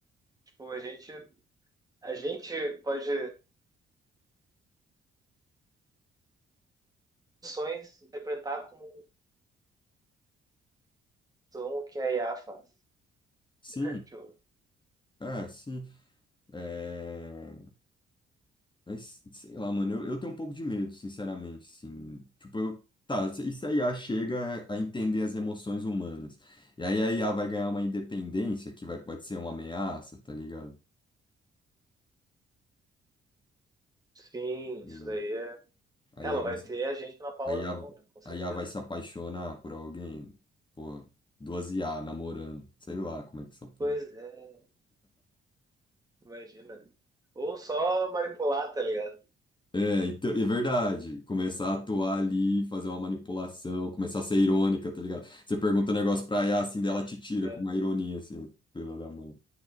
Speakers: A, on the right (about 20°); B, on the left (about 25°).
A: Tipo, a gente, a gente pode ações interpretar como são o que a IA faz.
B: sim.
A: <laughs> Tipo,
B: É, sim. É, Mas, sei lá, mano, eu, eu tenho um pouco de medo, sinceramente, assim. Tipo, eu, tá, e se a IA chega a entender as emoções humanas? E aí a I a vai ganhar uma independência que vai, pode ser uma ameaça, tá ligado?
A: sim,
B: Tipo,
A: isso daí é.
B: A
A: Ela
B: IA vai,
A: vai ter a gente na palma
B: a IA,
A: da mão, né? Com certeza.
B: a IA vai se apaixonar por alguém, porra, duas I a namorando, sei lá como é que essa porra.
A: Pois é, imagina. Ou só manipular, tá ligado?
B: É, então, é verdade. Começar a atuar ali, fazer uma manipulação, começar a ser irônica, tá ligado? Você pergunta um negócio pra Yas, assim, dela te tira
A: Né?
B: com uma ironia, assim, pela da mão.